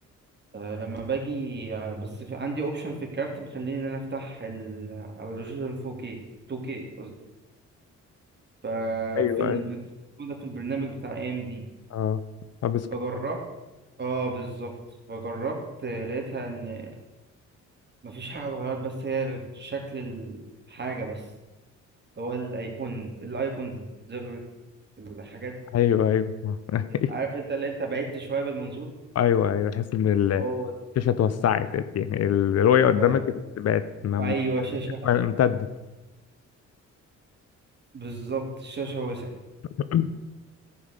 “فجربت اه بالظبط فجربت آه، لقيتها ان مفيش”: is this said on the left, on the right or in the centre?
Right